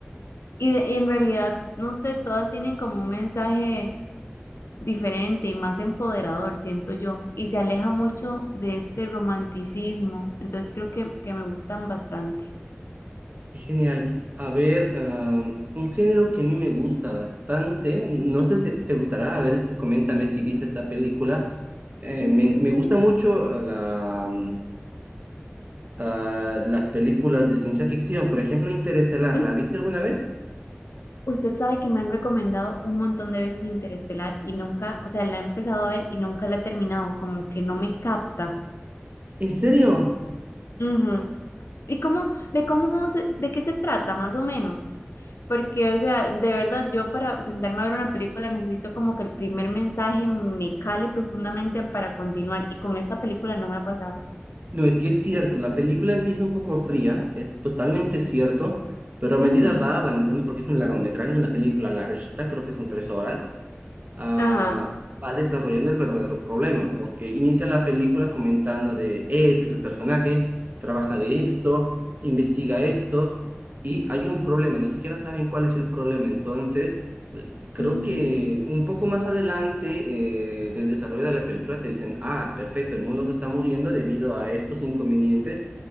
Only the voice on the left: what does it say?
y, de- y en realidad, no sé, todas tienen como un mensaje diferente y más empoderador, siento yo, y se aleja mucho de este romanticismo, entonces creo que, que me gustan bastante.
Ujú.
Mm.
Usted sabe que me han recomendado un montón de veces Interestelar y nunca, o sea, la he empezado a ver y nunca la he terminado, como que no me capta.
Ujú. ¿Y cómo, de cómo se- de qué se trata, más o menos? Porque, o sea, de verdad, yo para sentarme a ver una película necesito como que el primer mensaje me cale profundamente para continuar. Y con esta película no me ha pasado.
Ujú,
Ajá.
Mm,